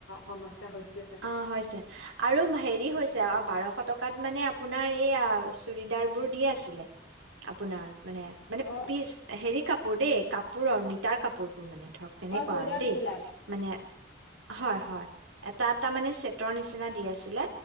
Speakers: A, on the left (about 80°); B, on the right (about 85°).
A: সমস্যা হৈছিলে চাগে
B: অ হৈছে আৰু হেৰি হৈছে বাৰশ টকা টকাত মানে আপোনাৰ এইয়া চুৰিদাৰ বোৰ দি আছিলে, আপোনাৰ মানে মানে
A: অ
B: পিচ হেৰি কাপোৰ দেই কাপোৰৰ মিটাৰ কাপোৰবোৰ মানে। ধৰক তেনেকুৱা
A: অ চুইদাৰ
B: আৰু দেই
A: পিছ বিলাক
B: মানে, হয় হয়, এটা এটা মানে, ৰ নিচিনা দি আছিলে